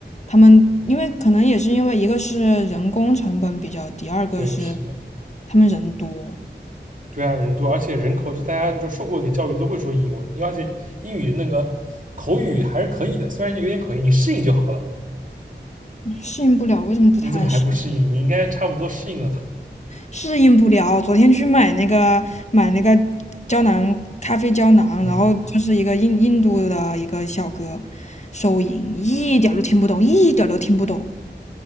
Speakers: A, on the left (about 40°); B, on the right (about 45°).
A: 他们因为可能也是因为一个是人工成本比较低，二个是
B: 对，是的。
A: 他们人多，
B: 对啊，人多，而且人口就大家就受过点教育都会说英文，因为而且英语那个口语还是可以的，虽然就有点口音，你适应就好了。
A: 适应不了。为什么不他来适应？
B: 你怎么还不适应？你应该差不多适应了吧？
A: 适应不了。昨天去买那个买那个胶囊咖啡胶囊，
B: 嗯，
A: 然后就是一个印印度的一个小哥收银，一点儿都听不懂，一点儿都听不懂。